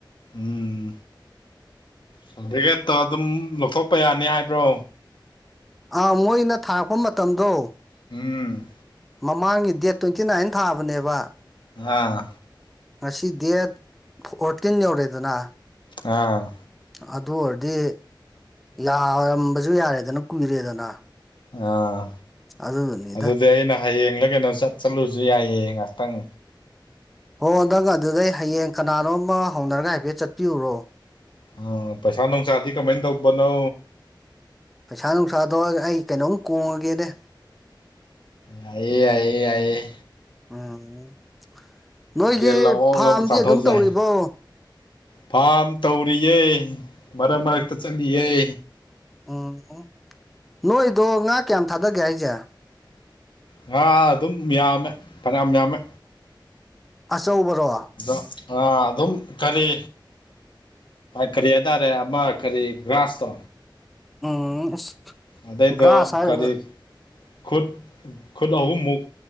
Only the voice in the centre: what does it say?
ꯑꯥ ꯃꯣꯏꯅ ꯊꯥꯔꯛꯄ ꯃꯇꯝꯗꯣ
ꯃꯃꯥꯡꯒꯤ ꯗꯦꯠ ꯇ꯭ꯋꯦꯟꯇꯤ ꯅꯥꯏꯟ ꯊꯥꯕꯅꯦꯕ
ꯉꯁꯤ ꯗꯦꯠ ꯐꯣꯔꯇꯤꯟ ꯌꯧꯔꯦꯗꯅ
ꯑꯗꯨ ꯑꯣꯏꯔꯗꯤ ꯌꯥꯔꯝꯕꯁꯨ ꯌꯥꯔꯦꯗꯅ ꯀꯨꯏꯔꯦꯗꯅ
ꯑꯗꯨꯗꯨꯅꯤꯗ
ꯍꯣ ꯍꯟꯗꯪ ꯑꯗꯨꯗꯩ ꯍꯌꯦꯡ ꯀꯅꯥꯅꯣꯝ ꯑꯃ ꯍꯧꯅꯔꯒ ꯍꯥꯏꯐꯦꯠ ꯆꯠꯄꯤꯌꯨꯔꯣ
ꯄꯩꯁꯥ ꯅꯨꯡꯁꯥ ꯇꯧꯔꯒ ꯑꯩ ꯀꯩꯅꯣꯝ ꯀꯣꯡꯉꯒꯦꯅꯦ
ꯎꯝ ꯅꯣꯏꯒꯤ
ꯐꯥꯔꯝꯗꯤ
ꯑꯗꯨꯝ ꯇꯧꯔꯤꯕꯣ
ꯎꯝ ꯅꯣꯏꯗꯣ ꯉꯥ ꯀꯌꯥꯝ ꯊꯥꯗꯒꯦ ꯍꯥꯏꯁꯦ
ꯑꯆꯧꯕꯔꯣ
ꯎꯝ ꯑꯁ
ꯒ꯭ꯔꯥꯁ ꯍꯥꯏꯔꯒ